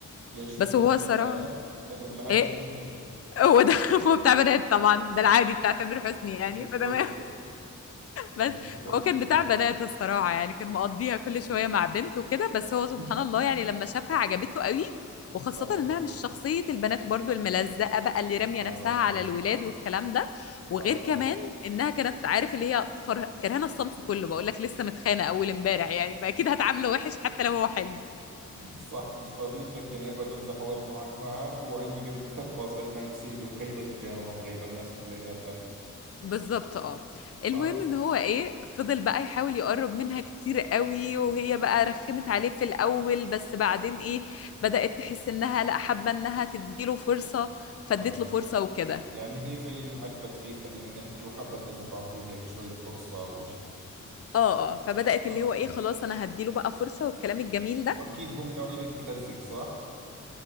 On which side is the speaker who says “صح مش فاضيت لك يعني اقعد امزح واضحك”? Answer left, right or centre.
Right